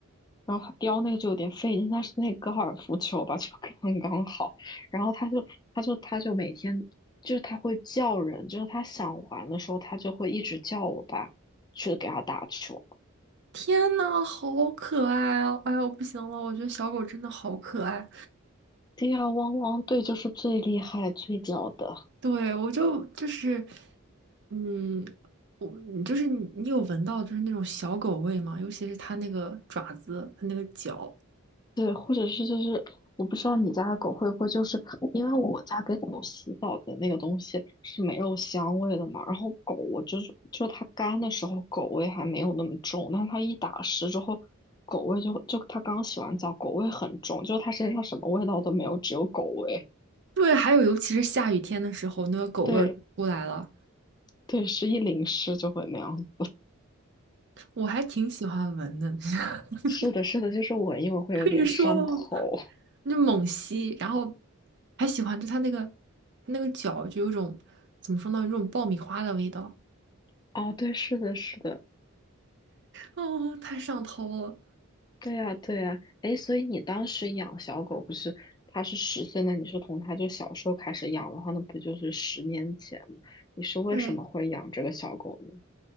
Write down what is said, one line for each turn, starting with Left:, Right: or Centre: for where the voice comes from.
Left: 然后它叼那个就有点费劲，但是那个高尔夫球吧 <laughs> 就刚刚好，然后它就它就它就每天就是它会叫人，就是它想玩的时候，它就会一直叫我爸去给它打球。
Right: 天呐，好可爱啊！哎呦，不行了，我觉得小狗真的好可爱。
Left: 对呀，汪汪队就是最厉害最屌的。
Right: 对，我就就是，嗯，我你就是你，你有闻到就是那种小狗味吗？尤其是它那个爪子，它那个脚。
Left: 对，或者是就是我不知道你家的狗会不会就是因为我家给狗洗澡的那个东西是没有香味的嘛，然后狗我就是就是它干的时候狗味还没有那么重，但是它一打湿之后狗味就就它刚洗完澡狗味很重，就是它身上什么味道都没有，只有狗味。
Right: 对，还有尤其是下雨天的时候，那个狗味儿就出来了。
Left: 对对，是一淋湿就会那样子。
Right: 我还挺喜欢闻的，<laughs>
Left: 是的，是的，就是闻一闻会有点上头。
Right: 可以说了吗？那猛吸，然后还喜欢就它那个它那个脚就有种怎么说呢，有种爆米花的味道，
Left: <laughs> 哦，对，是的，是的。
Right: 哦，太上头了。
Left: 对呀，对呀，哎，所以你当时养小狗不是它是十岁那你是从它就小时候开始养的话，那不就是十年前吗？你是为什么会养这个小狗呢？
Right: 对，